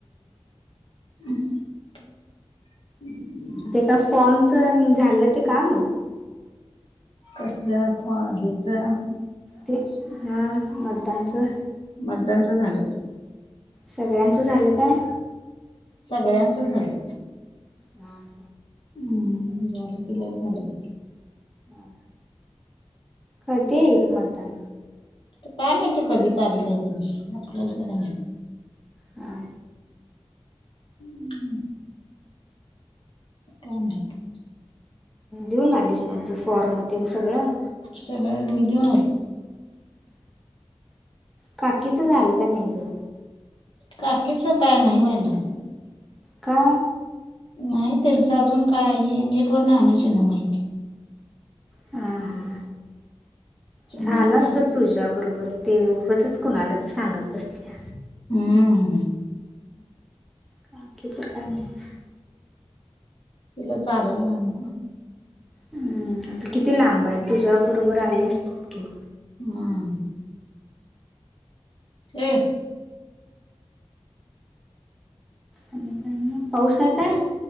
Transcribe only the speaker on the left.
हम्म.
कसल्या फॉर हिचा
मतदानचं झालं.
सगळ्यांचच झालं.
हम् झालं की लेट झालं किती.
काय माहिती कधी तारीख आहे त्यांची आपल्याला काय नाही माहिती.
हम्म! काय माहित.
सगळं मी देऊन आलो.
काकीच काय न्हाय व्हायला अजून.
नाही त्यांचं अजून काय आहे नेटवर न आणायचं येईना माहिती.
त्याच्यामुळं
नाही
हम्म!
तिला चालायला म्हणू नका.
हा! ये